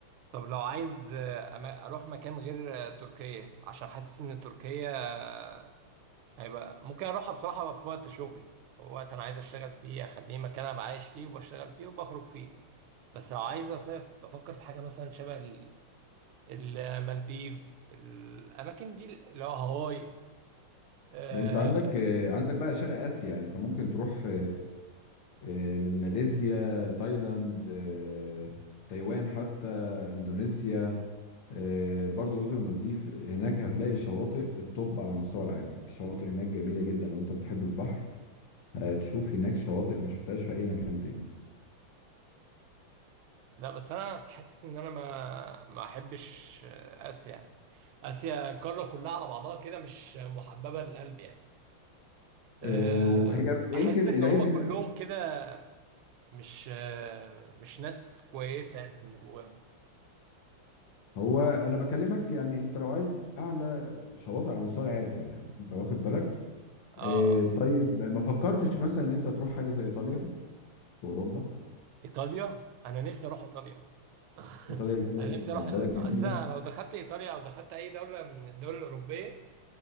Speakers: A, on the right (about 80°); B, on the left (about 80°).
A: طب لو عايز آه، أما- أروح مكان غير آه، تركيا عشان حاسس إن تركيا آه، هيبقى ممكن أروحها بصراحة في وقت شغلي أو وقت أنا عايز أشتغل فيه أخليه مكان أبقى عايش فيه وبشتغل فيه وبخرج فيه بس لو عايز أصيف بفكر في حاجة مثلا شبه ال- المالديف الأماكن دي اللي هو هاواي آه،
B: ده انت عندك آه، عندك بقى شرق اسيا انت ممكن تروح آه، من ماليزيا تايلاند آه، تايوان حتى اندونيسيا آه، برضو جزر المالديف هناك هتلاقي شواطئ التوب على مستوى العالم الشواطئ هناك جميلة جدا لو انت بتحب البحر هتشوف هناك شواطئ ما شفتهاش في اي مكان تاني
A: لا بس انا حاسس ان انا ما ما احبش اسيا يعني اسيا القاره كلها على بعضها كده مش محببه للقلب يعني أه،
B: آه، وهي
A: بحس
B: يمكن
A: ان
B: العيب
A: هم كلهم
B: هناك
A: كده مش أه، مش ناس كويسه يعني من جواهم
B: هو انا بكلمك يعني انت لو عايز اعلى شواطئ على مستوى العالم يعني انت واخد بالك
A: اه
B: آه،
A: آه.
B: طيب ما فكرتش مثلا ان انت تروح حاجة زي ايطاليا في اوروبا
A: ايطاليا انا نفسي اروح ايطاليا <laughs>
B: ايطاليا جميله
A: انا
B: جدا
A: نفسي اروح
B: بلد
A: إيط-
B: جميله
A: اصل أنا لو دخلت ايطاليا او دخلت اي دوله من الدول الاوروبيه